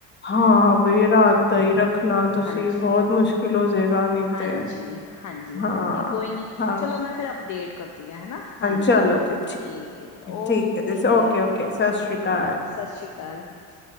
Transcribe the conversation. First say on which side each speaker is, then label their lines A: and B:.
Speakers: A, on the left; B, on the left.
A: ਹਾਂ ਬਈ ਰਾਤ ਦਾ ਹੀ ਰੱਖਣਾ ਤੁਸੀਂ
B: ਹਾਂਜੀ
A: ਬਹੁਤ ਮੁਸ਼ਕਿਲ ਹੋਜੇਗਾ ਨੀ
B: ਹਾਂਜੀ
A: ਤੇ
B: ਹਾਂਜੀ
A: ਹਾਂ।
B: ਹਾਂਜੀ ਕੋਈ ਨੀ
A: ਹਾਂ
B: ਚਲੋ ਮੈਂ ਫਿਰ ਅਪਡੇਟ ਕਰਦੀ ਹਾਂ ਹੈਨਾ ਹਾਂਜੀ
A: ਚਲੋ ਜੀ
B: ਠੀਕ ਹੈ। ਜੀ ਓਕੇ
A: ਠੀਕ ਹੈ
B: ਜੀ
A: ਓਕੇ
B: ਓਕੇ
A: ਸਤਿ ਸ਼੍ਰੀ ਅਕਾਲ
B: ਸਤਿ ਸ਼੍ਰੀ ਅਕਾਲ, ਹਾਂਜੀ।